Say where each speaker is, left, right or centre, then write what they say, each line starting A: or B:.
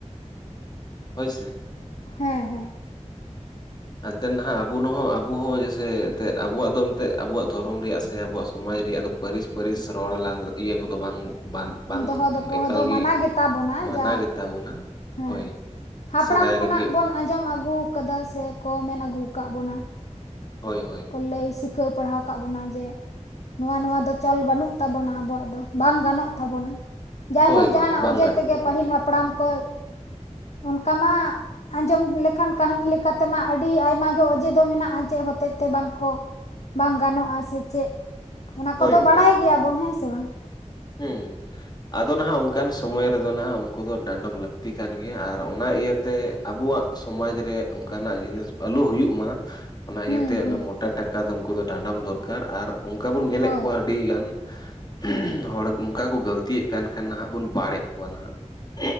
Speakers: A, on the left (about 35°); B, on the left (about 65°).
A: ᱾ <inaudible> ᱦᱳᱭ ᱥᱮ ᱾
B: ᱦᱮᱸ ᱦᱮᱸ ᱾
A: ᱮᱱᱛᱮᱱ ᱱᱟᱦᱟᱜ ᱟᱵᱚᱱ ᱦᱚᱸ ᱟᱵᱚ ᱦᱚᱸ ᱡᱮᱭᱥᱮ ᱮᱱᱛᱮᱫ ᱫᱚ ᱟᱵᱚᱣᱟᱜ ᱫᱚ ᱮᱱᱛᱮᱫ ᱟᱵᱚᱣᱟᱜ ᱫᱷᱚᱨᱚᱢ ᱨᱮᱭᱟᱜ ᱥᱮ ᱟᱵᱚᱣᱟᱜ ᱥᱚᱢᱟᱡᱽ ᱨᱮᱭᱟᱜ ᱫᱚ ᱯᱟᱹᱨᱤᱥ ᱯᱟᱹᱨᱤᱥ ᱨᱚᱲ ᱞᱟᱸᱫᱟ ᱤᱭᱟᱹ ᱠᱚᱫᱚ ᱵᱟᱝ ᱵᱟᱝ
B: ᱫᱚᱦᱚ ᱫᱚᱯᱚᱦᱚ
A: ᱮᱠᱟᱞ
B: ᱫᱚ
A: ᱜᱤ
B: ᱢᱟᱱᱟ ᱜᱮᱛᱟᱵᱚᱱᱟ
A: ᱢᱟᱱᱟ
B: ᱡᱟ
A: ᱜᱮ ᱛᱟᱵᱚᱱᱟ
B: ᱦᱮᱸ
A: ᱦᱳᱭ ᱾ <inaudible>
B: ᱦᱟᱯᱲᱟᱢ
A: ᱥᱮᱫᱟᱭ
B: ᱠᱷᱚᱱᱟᱜ
A: ᱨᱮᱜᱮ
B: ᱵᱚᱱ ᱟᱸᱡᱚᱢ ᱟᱹᱜᱩ ᱟᱠᱟᱫᱟ ᱥᱮ ᱠᱚ ᱢᱮᱱ ᱟᱹᱜᱩ ᱟᱠᱟᱫ ᱵᱚᱱᱟ ᱾
A: ᱦᱳᱭ ᱦᱳᱭ ᱾
B: ᱞᱟᱹᱭ ᱥᱤᱠᱷᱟᱹᱣ ᱯᱟᱲᱦᱟᱣ ᱟᱠᱟᱫ ᱵᱚᱱᱟ ᱡᱮ <inaudible> ᱱᱚᱣᱟ ᱱᱚᱣᱟ ᱫᱚ ᱪᱚᱞ ᱵᱟᱹᱱᱩᱜ ᱛᱟᱵᱚᱱᱟ ᱟᱵᱚᱣᱟᱜ ᱫᱚ ᱾ ᱵᱟᱝ ᱜᱟᱱᱚᱜ ᱛᱟᱵᱚᱱᱟ ᱾ <inaudible> ᱡᱟᱭᱦᱳᱠ
A: ᱦᱳᱭ
B: ᱡᱟᱦᱟᱱᱟᱜ
A: ᱦᱳᱭ ᱵᱟᱝ
B: ᱚᱸᱡᱮ
A: ᱜᱟᱱᱚᱜ
B: ᱛᱮᱜᱮ
A: ᱛᱟᱵᱚᱱᱟ
B: ᱯᱟᱹᱦᱤᱞ ᱦᱟᱯᱲᱟᱢ ᱠᱚ <inaudible> ᱚᱱᱠᱟ ᱢᱟ ᱟᱸᱡᱚᱢ ᱞᱮᱠᱷᱟᱱ ᱠᱟᱹᱦᱱᱤ ᱞᱮᱠᱟᱛᱮ ᱢᱟ ᱟᱹᱰᱤ ᱟᱭᱢᱟ ᱜᱮ ᱚᱸᱡᱮ ᱫᱚ ᱢᱮᱱᱟᱜ-ᱟ ᱪᱮᱫ ᱦᱚᱛᱮᱫ ᱛᱮ ᱵᱟᱝᱠᱚ <inaudible> ᱵᱟᱝ ᱜᱟᱱᱚᱜ-ᱟ ᱥᱮ ᱪᱮᱫ <inaudible> ᱚᱱᱟ
A: ᱦᱳᱭ
B: ᱠᱚᱫᱚ
A: ᱦᱳᱭ
B: ᱵᱟᱲᱟᱭ ᱜᱮᱭᱟᱵᱚᱱ ᱦᱮᱸ ᱥᱮ ᱵᱟᱝ ᱾
A: ᱦᱩᱸ ᱾ ᱟᱫᱚ ᱱᱟᱦᱟᱜ ᱚᱱᱠᱟᱱ ᱥᱚᱢᱚᱭ ᱨᱮᱫᱚ ᱱᱟᱦᱟᱜ ᱩᱱᱠᱩ ᱫᱚ ᱰᱟᱸᱰᱚᱢ ᱞᱟᱹᱠᱛᱤ ᱠᱟᱱ ᱜᱮᱭᱟ ᱾ ᱟᱨ ᱚᱱᱟ ᱤᱭᱟᱹ ᱛᱮ ᱟᱵᱩᱣᱟᱜ ᱥᱚᱢᱟᱡ ᱨᱮ ᱚᱱᱠᱟᱱᱟᱜ ᱡᱤᱱᱤᱥ ᱟᱞᱚ ᱦᱩᱭᱩᱜ ᱢᱟ ᱚᱱᱟ
B: ᱦᱩᱸ
A: ᱤᱭᱟᱹᱛᱮ ᱚᱱᱟ
B: ᱦᱩᱸ
A: ᱢᱚᱴᱟ ᱴᱟᱠᱟ ᱫᱚ ᱩᱱᱠᱩ ᱫᱚ ᱰᱟᱸᱰᱚᱢ ᱫᱚᱨᱠᱟᱨ ᱾ ᱟᱨ ᱚᱱᱠᱟ ᱵᱚᱱ ᱧᱮᱞᱮᱫ
B: ᱦᱳᱭ
A: ᱠᱚᱣᱟ ᱟᱹᱰᱤᱜᱟᱱ <inaudible> ᱦᱚᱲ ᱚᱱᱠᱟ ᱠᱚ ᱜᱟᱹᱞᱛᱤᱭᱮᱫ ᱠᱟᱱ ᱠᱷᱟᱱ ᱱᱟᱦᱟᱜ ᱵᱚᱱ ᱵᱟᱲ ᱮᱫ ᱠᱚᱣᱟ ᱱᱟᱦᱟᱜ ᱾